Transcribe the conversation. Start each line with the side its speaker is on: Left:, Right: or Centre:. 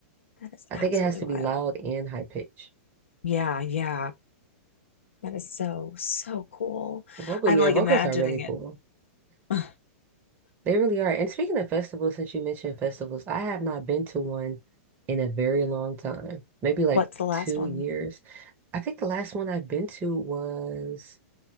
Left: That is
Right: I
Left: absolutely
Right: think it has to
Left: wild.
Right: be loud and high pitch.
Left: Yeah, yeah. That is so, so cool.
Right: Vocal,
Left: I'm
Right: yeah,
Left: like
Right: vocals
Left: imagining
Right: are really cool.
Left: it. <sighs>
Right: They really are. And speaking of festivals, since you mentioned festivals, I have not been to one in a very long time. Maybe like
Left: What's the last
Right: two
Left: one?
Right: years. I think the last one I've been to was